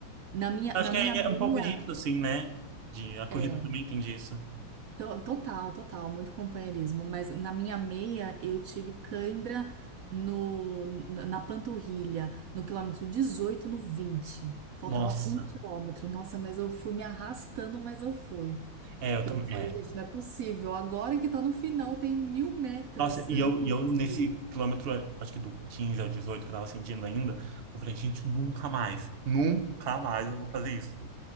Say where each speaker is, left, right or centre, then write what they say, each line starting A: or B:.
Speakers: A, on the right; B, on the right.
A: Na minha,
B: Acho
A: na
B: que
A: minha
B: é,
A: meia,
B: é um pouco disso, assim, né? De, a corrida
A: é,
B: também tem disso.
A: to- total, total, muito companheirismo, mas na minha meia eu tive cãibra no, na na panturrilha, no quilômetro 18 e no vinte Faltava
B: Nossa.
A: um quilômetro. Nossa, mas eu fui me arrastando, mas eu fui.
B: É,
A: Porque
B: eu também.
A: eu falei, gente, não é possível. Agora que tá no final, tem mil metros.
B: Nossa, e
A: Eu
B: eu,
A: não
B: e
A: vou
B: eu
A: conseguir.
B: nesse quilômetro, acho que do 15 ao 18, que eu tava sentindo ainda, eu falei, gente, nunca mais, nunca mais eu vou fazer isso.